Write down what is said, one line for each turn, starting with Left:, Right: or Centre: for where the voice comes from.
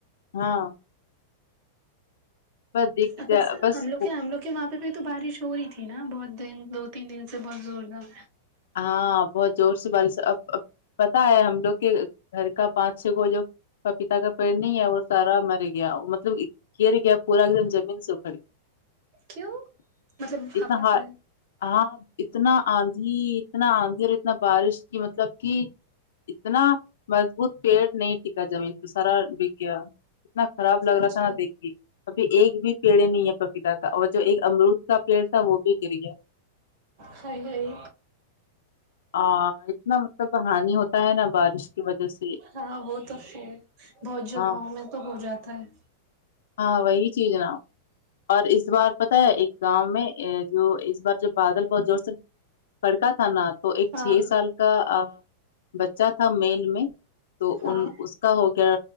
Left: ہاں بس دیکھ
Right: اب ایسے
Left: بس
Right: ہم لوگ ہم لوگ وہاں پہ بھی تو بارش ہو رہی تھی نا بہت دن دو تین دن سے بہت زوردار
Left: ہاں بہت زور سے بارش اب اب پتا ہے ہم لوگ کے گھر کا پانچ چھ کو جو پپیتا کا پیڑ نہیں ہے وہ سارا مر گیا مطلب گر گیا پورا ایک دم زمین سے اکھڑ گیا
Right: کیوں مطلب
Left: اتنا
Right: ہوا سے
Left: ہے ہاں اتنا آن دہی اتنا آندھی اور اتنا بارش کی مطلب کی اتنا مضبوط پیٹ نہیں ٹکا زمین پہ سارا بک گیا اتنا خراب لگ رہا
Right: اچھا
Left: تھا نا دیکھ کے ابھی ایک بھی پیڑ نہیں ہے پپیتا کا اور جو ایک امرود کا پیڑ تھا وہ بھی گر گیا
Right: سیی
Left: آ اتنا مطلب ہانی ہوتا ہے نا بارش کی وجہ سے
Right: ہاں وہ تو ہے بہت جگہوں
Left: ہاں
Right: میں تو ہو جاتا ہے
Left: ہاں وہی چیز نہ اور اس بار پتہ ہے ایک گاؤں میں جو اس بار جو بادل بہت زور سے کڑکا تھانہ تو ایک
Right: ہاں
Left: چھ سال کا ا بچہ تھا میل میں تو
Right: ہاں
Left: ان کہو گیا